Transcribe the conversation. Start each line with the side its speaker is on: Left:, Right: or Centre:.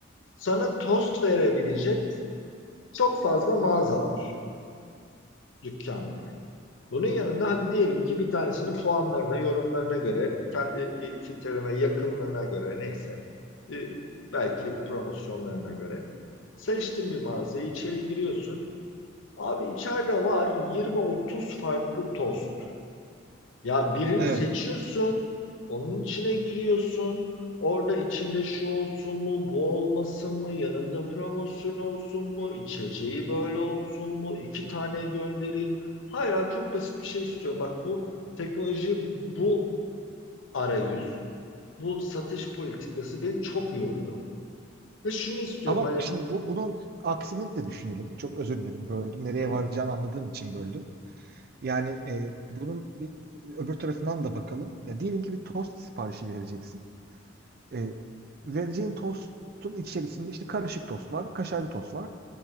Left: sana tost verebilecek çok fazla mağaza var, dükkan var. Bunun yanında hani diyelim ki bir tanesinin puanlarına, yorumlarına göre, kendi bir filtreleme yakınlığına göre neyse, e, belki promosyonlarına göre seçtin bir mağazayı, içeri giriyorsun. Abi içeride var 20-30 farklı tost. Ya birini
Right: evet.
Left: seçiyorsun, onun içine giriyorsun. Orada içinde şu olsun mu, bu olmasın mı, yanında promosyon olsun mu, içeceği böyle olsun mu, iki tane göndereyim. Hayır abi çok basit bir şey istiyorum. Bak bu teknoloji, bu arayüz, bu satış politikası beni çok yoruyor. Ve şunu istiyorum
Right: Ama
Left: hani
Right: şimdi bu bunun aksini de düşünelim. Çok özür dilerim böldüm. Nereye
Left: hı,
Right: varacağını anladığım için böldüm. Yani e, bunun bir öbür tarafından da bakalım. Ya diyelim ki bir tost siparişi vereceksin. E, vereceğin tostun içerisinde işte karışık tost var, kaşarlı tost var